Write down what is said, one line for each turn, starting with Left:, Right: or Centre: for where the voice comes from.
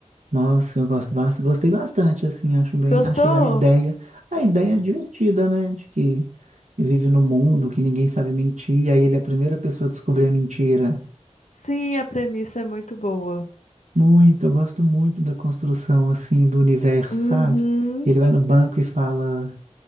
Right: Nossa, eu gosto, bas- gostei bastante, assim, acho bem,
Left: Gostou?
Right: achei a ideia, a ideia divertida, né? De que vive no mundo que ninguém sabe mentir, aí ele é a primeira pessoa a descobrir a mentira.
Left: Sim, a premissa é muito boa.
Right: Muito, eu gosto muito da construção, assim, do universo,
Left: Uhum.
Right: sabe? Ele vai no banco e fala.